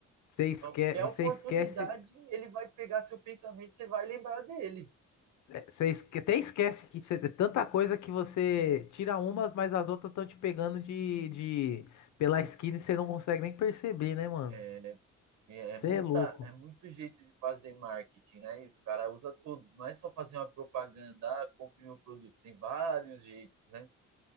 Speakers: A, on the left (about 70°); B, on the right (about 70°).
A: Você esquece,
B: Qualquer
A: você
B: oportunidade,
A: esquece,
B: ele vai pegar seu pensamento, você vai lembrar dele.
A: Você esque- até esquece que cê- é tanta coisa que você tira umas, mas as outras estão te pegando de, de pela esquina e você não consegue nem perceber, né, mano?
B: É, E É
A: Você
B: muita,
A: é louco.
B: é muito jeito de fazer marketing, né? E os caras usam todos. Não é só fazer uma propaganda, ah, compre meu produto. Tem vários jeitos, né?